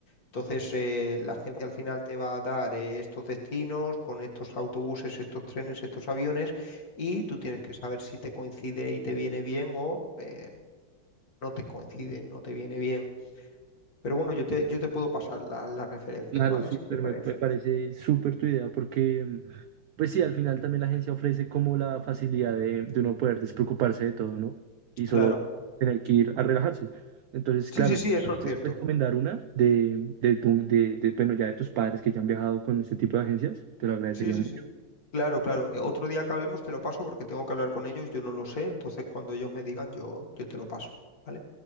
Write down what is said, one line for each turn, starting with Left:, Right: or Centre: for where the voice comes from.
Left: Entonces, eh, la agencia al final te va a dar eh, estos destinos con estos autobuses, estos trenes, estos aviones y tú tienes que saber si te coincide y te viene bien o... eh, no te coincide, no te viene bien. Pero bueno, yo te, yo te puedo pasar la- las referencias,
Right: Claro,
Left: ¿vale?
Right: súper,
Left: Si te parece.
Right: me, me parece súper tu idea, porque mm, pues sí, al final también la agencia ofrece como la facilidad de, de uno poder despreocuparse de todo, ¿no? Y
Left: Claro.
Right: solo tener que ir a relajarse. Entonces,
Left: Sí,
Right: claro,
Left: sí,
Right: si
Left: sí,
Right: tú
Left: eso es
Right: puedes
Left: cierto.
Right: recomendar una de, de, tu- de, de, bueno, ya de tus padres que ya han viajado con este tipo de agencias, te lo agradecería
Left: Sí, sí,
Right: mucho.
Left: sí. Claro, claro. Eh, Otro día que hablemos te lo paso porque tengo que hablar con ellos, yo no lo sé, entonces cuando ellos me digan yo, yo te lo paso, ¿vale?